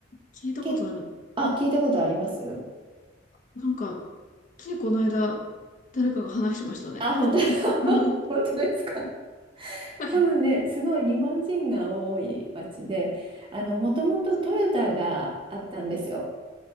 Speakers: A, on the left; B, on the right.
A: 聞いたことある。
B: け、あ、聞いたことあります
A: なんか、ついこの間、誰かが話してましたね。
B: あ、本当
A: うんうん
B: <laughs>、本当ですか。
A: はい
B: 多分ね、すごい日本人が多い町で、あの、もともとトヨタがあったんですよ。
A: そ